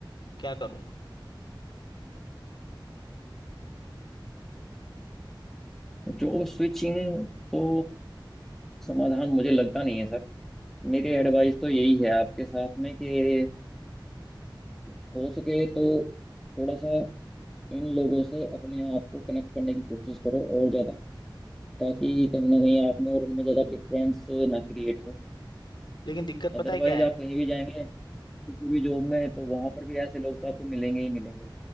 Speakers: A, on the left (about 70°); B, in the centre.
A: क्या करूँ
B: जॉब स्विचिंग तो समाधान मुझे लगता नहीं है सर मेरी एडवाइस तो यही है आपके साथ में कि हो सके तो थोड़ा सा इन लोगों से अपने आप को कनेक्ट करने की कोशिश करो और ज्यादा ताकि कहीं ना कहीं आप में और इनमें ज्यादा डिफरेंस ना क्रिएट हो
A: लेकिन दिक्कत
B: अदरवाइज
A: पता है क्या है
B: आप कहीं भी जाएंगे किसी भी जॉब में तो वहां पर भी ऐसे लोग तो आपको मिलेंगे ही मिलेंगे